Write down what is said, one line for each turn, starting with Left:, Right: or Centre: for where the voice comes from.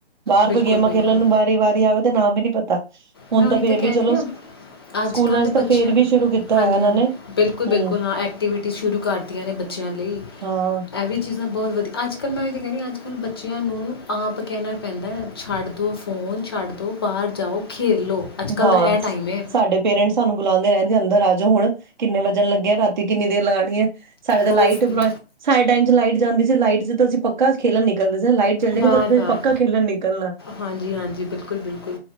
Right: ਬਾਹਰ
Left: ਬਿਲਕੁਲ
Right: ਕੋਈ ਗੇਮਾਂ
Left: ਬਿਲਕੁਲ
Right: ਖੇਲਣ ਨੂੰ ਵਾਰੀ ਵਾਰੀ ਆਵੇ। ਦਾ ਨਾਮ ਹੀ ਨੀ ਪਤਾ। ਹੁਣ
Left: ਮੈਂ ਉਹੀ
Right: ਫੇਰ
Left: ਤਾਂ ਕਹਿ
Right: ਵੀ ਚਲੋ
Left: ਰਹੀ ਹਾਂ
Right: ਸਕੂਲਾਂ
Left: ਅੱਜ ਕੱਲ੍ਹ ਦੇ
Right: ਚ
Left: ਬੱਚਿਆਂ
Right: ਤਾਂ ਫੇਰ ਵੀ ਸ਼ੁਰੂ ਕੀਤਾ
Left: ਹਾਂਜੀ
Right: ਹੋਇਆ ਇਹਨਾਂ
Left: ਹਾਂਜੀ
Right: ਨੇ
Left: ਬਿਲਕੁਲ
Right: ਹੂੰ
Left: ਬਿਲਕੁਲ ਹਾਂ ਐਕਟੀਵਿਟੀਜ਼ ਸ਼ੁਰੂ ਕਰਦੀਆਂ ਨੇ ਬੱਚਿਆਂ ਲਈ
Right: ਹਾਂ
Left: ਇਹ ਵੀ ਚੀਜ਼ਾਂ ਬਹੁਤ ਵਧੀਆ ਅੱਜ ਕੱਲ੍ਹ ਮੈਂ ਉਹੀ ਤਾਂ ਕਹਿ ਰਹੀ ਹਾਂ ਅੱਜ ਕੱਲ੍ਹ ਬੱਚਿਆਂ ਨੂੰ ਆਪ ਕਹਿਣਾ ਪੈਂਦਾ ਛੱਡ ਦਿਉ ਫੋਨ ਛੱਡ ਦਿਉ ਬਾਹਰ ਜਾਓ। ਖੇਡ ਲਓ ਅੱਜ ਕੱਲ੍ਹ
Right: ਹਾਂ
Left: ਦਾ ਇਹ ਟਾਈਮ ਹੈ
Right: ਸਾਡੇ ਪੇਰੈਂਟਸ ਸਾਨੂੰ ਬੁਲਾਉਂਦੇ ਰਹਿੰਦੇ ਅੰਦਰ ਆ ਜਾਓ ਹੁਣ ਕਿੰਨੇ ਵਜਨ ਲੱਗੇਿਆ ਰਾਤੀ ਕਿੰਨੀ ਦੇਰ ਲਗਾਉਣੀ ਹੈ। ਸਾਡੇ ਤਾਂ
Left: ਹੋਰ
Right: ਲਾਈਟ
Left: ਕੀ
Right: ਸਾਡੇ ਟਾਈਮ ਚ ਲਾਈਟ ਜਾਂਦੀ ਸੀ ਲਾਈਟ ਚ ਤਾਂ ਅਸੀਂ ਪੱਕਾ ਖੇਲਣ ਨਿਕਲਦੇ ਸੀ। ਲਾਈਟ ਚੱਲ ਜਾਣੀ
Left: ਬਾਰ
Right: ਤਾਂ
Left: ਬਾਰ
Right: ਪੱਕਾ ਖੇਲਣ ਨਿਕਲਣਾ
Left: ਹਾਂਜੀ ਹਾਂਜੀ ਬਿਲਕੁਲ ਬਿਲਕੁਲ